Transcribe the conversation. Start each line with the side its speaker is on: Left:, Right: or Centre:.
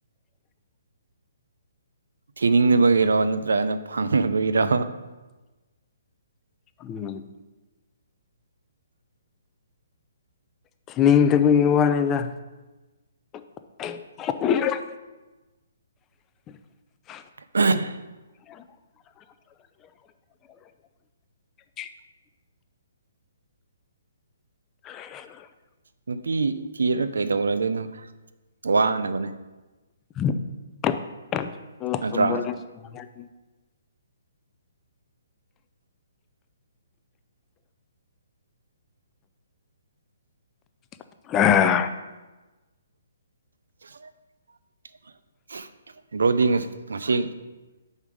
Right: ꯊꯤꯅꯤꯡꯗꯕꯒꯤꯔꯣ ꯅꯠꯇ꯭ꯔꯒꯅ ꯐꯪꯗꯕꯒꯤꯔꯣ
Left: ꯎꯝ ꯊꯤꯅꯤꯡꯗꯕꯩ ꯋꯥꯅꯤꯗꯥ <inaudible> <inaudible>
Right: <unintelligible>
Left: <inaudible> <inaudible>
Right: ꯅꯨꯄꯤ ꯊꯤꯔ ꯀꯩꯗꯧꯅꯗꯣꯏꯅꯣ ꯋꯥꯅꯕꯅꯦ
Left: <unintelligible>
Right: ꯅꯠꯇ꯭ꯔꯥ
Left: <unintelligible>
Right: <inaudible> ꯕ꯭ꯔꯣꯗꯤ ꯉ ꯉꯁꯤ